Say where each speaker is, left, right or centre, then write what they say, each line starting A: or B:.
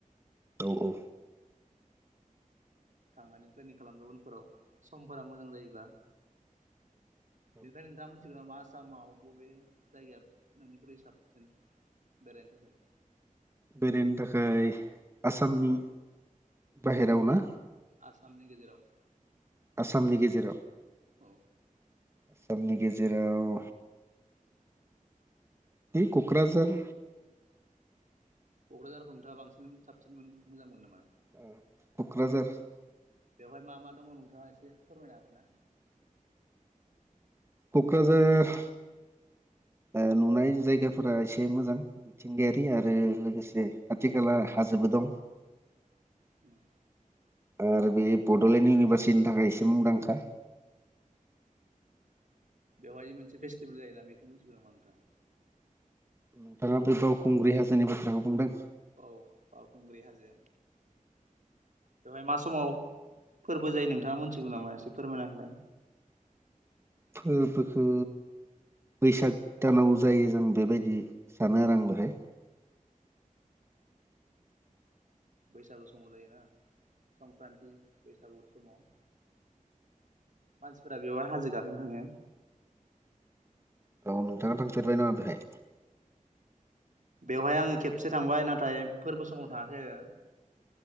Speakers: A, on the right; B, on the right.
A: औ औ
B: थांनानै प्लेनिं खालामदों उनफोराव समफोरा मोजां जायोब्ला।
A: <inaudible>
B: बेनिफ्रायायनो नोंथाङा मोनथिगौ नामा आसामाव बबे जायगाया बयनिख्रुइ साबसिन? बेरायनो थाखाय
A: बेरायनो थाखाय आसामनि बाहेराव ना?
B: आसामनि गेजेराव
A: आसामनि गेजेराव
B: औ
A: आसामनि गेजेराव बे क'क्राझार
B: क'क्राझारफोराव नोंथाङा बांसिन साबसिन मोजां मोनो नामा?
A: ओ क'क्राझार
B: बेवहाय मा मा दङ नोंथाङा एसे फोरमायनो हागोन ना?
A: क'क्राझार ओ नुनाय जायगाफोरा एसे मोजां मिथिंगायारि आरो लोगोसे आथिखाला हाजोबो दं
B: <inaudible>
A: आरो बे बड'लेण्ड इउनिभारसिटिनि थाखाय एसे मुंदांखा
B: बेवहाय मोनसे फेस्टिभेल जायोना बेखौ मिथिगौ नामा नोंथाङा
A: नोंथाङा बै बावखुंग्रि हाजोनि बाथ्राखौ बुंदों
B: औ बावखुंग्रि हाजो बेवहाय मा समाव फोरबो जायो नोंथाङा मोनथिगौ नामा एसे फोरमायना होलाय
A: फोरबोखो बैसाग दानाव जायो जों बेबायदि सानो आरो आं बेहाय
B: बैसागु समाव जायोना संक्रान्ति बैसागु समाव मानसिफोरा बेयावहा हाजो गाखोनो थाङो
A: औ नोंथाङा थांफेरबाय ना बेहाय
B: बेवहाय आङो खेबसे थांबाय नाथाय फोरबो समाव थाङाखै